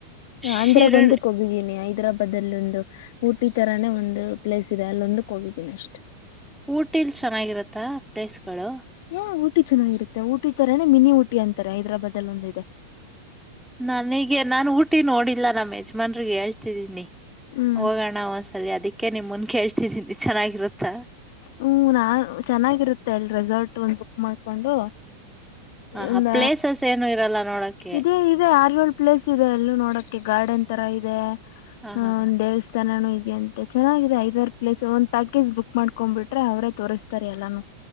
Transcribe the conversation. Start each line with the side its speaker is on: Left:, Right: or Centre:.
Centre: ಶಿರ್ಡ್
Left: ಅಂದ್ರಾಗ ಒಂದಕ್ಕೆ ಹೋಗಿದ್ದೀನಿ ಹೈದ್ರಾಬಾದ್ ಅಲ್ಲಿ ಒಂದು ಊಟಿ ತರಾನೇ ಒಂದು ಪ್ಲೇಸ್ ಇದೆ ಅಲ್ಲೊಂದಕ್ಕೆ ಹೋಗಿದ್ದೀನಿ ಅಷ್ಟೆ
Centre: ಊಟಿಲ್ ಚೆನ್ನಾಗಿರತ್ತಾ ಪ್ಲೇಸ್ಗಳು
Left: ಹಾ ಊಟಿ ಚೆನ್ನಾಗಿರುತ್ತ ಊಟಿ ತರನನೆ ಮಿನಿ ಊಟಿ ಅಂತಾರೆ ಹೈದರಾಬಾದ ಅಲ್ಲಿ ಒಂದು ಇದೆ
Centre: ನಾನಗೆ ನಾನು ಊಟಿ ನೋಡಿಲ್ಲ ನಮ್ಮ ಯಜಮಾನ್ರಿಗೆ ಹೇಳ್ತಿದ್ದೀನಿ
Left: ಹ್ಮ್
Centre: ಹೋಗೋಣ ಒಂದ್ಸರಿ ಅದಕ್ಕೆ ನಿಮ್ ಮುನ್ ಕೇಳ್ತಿದ್ದೀನಿ ಚೆನ್ನಾಗಿರುತ್ತಾ
Left: ಹ್ಮ್ ನಾನ್ ಚೆನ್ನಾಗಿರುತ್ತೆ ಅಲ್ ರೆಸಾರ್ಟ್ ಒಂದು ಬುಕ್ ಮಾಡ್ಕೊಂಡು
Centre: ಹ ಹಾ
Left: ಒಂದ
Centre: ಪ್ಲೇಸಸ್ ಏನು ಇರಲ್ಲ ನೋಡಕ್ಕೆ
Left: ಇೇ ಇದೆ ಯಾರಗಲ್ ಪ್ಲೇಸ್ ಇದೆ ಎಲ್ಲೂ ನೋಡಕ್ಕೆೆ ಗಾರ್ಡನ್ ತರ ಇದೆ
Centre: ಹ
Left: ಅ
Centre: ಹಾ
Left: ಒಂದು್ ದೇವಸ್ಥ ತನಾನೂ ಇದದೆ ಅಂತೆ ಚೆನ್ನಾಗಿದೆ ಐದಾರು ಪ್ಲೇಸ್ ಒಂದು ಪ್ಯಾಕೇ್ ಬುಕ್ ಮಾಡ್ಕೊಂಡ್ಬಿಟ್ರೆ ಅವರೇ ತೋರಿಸ್ತಾರೆ ಎಲ್ಲಾನು